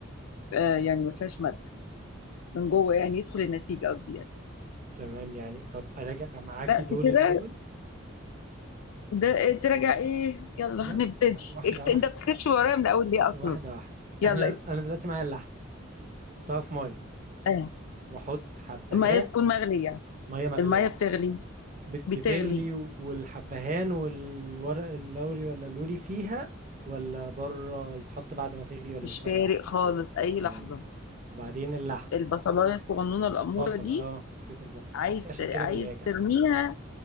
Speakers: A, on the left; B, on the right.
A: آه، يعني ما فيهاش ملح من جوه يعني يدخل النسيج قصدي يعني
B: تمام يعني طب اراجع معاكي
A: لا
B: دول
A: كده
B: الاول
A: ده تراجع ايه يلا
B: لا
A: هنبتدي
B: مع- واحده
A: اكت-
B: واحده
A: انت بتكتبش ورايا من الاول ليه اصلا
B: واحده واحده
A: يلا
B: احنا
A: اكت-
B: انا دلوقتي معايا اللحم طب في ميه
A: اه
B: واحط حبهان
A: الميه تكون مغليه
B: ميه مغليه
A: الميه بتغلي
B: بت-
A: بتغلي
B: بتغلي و- والحبهان والورق اللوري ولا اللوري فيها ولا بره يتحط بعد ما تغلي ولا
A: مش
B: مش فارقه
A: فارق خالص اي
B: طيب
A: لحظه
B: وبعدين اللحم
A: البصلايه الصغنونه الاموره
B: البصل
A: دي
B: اه نسيت البصل
A: عايز
B: شفتي عشان
A: عايز
B: كده بنراجع
A: ترميها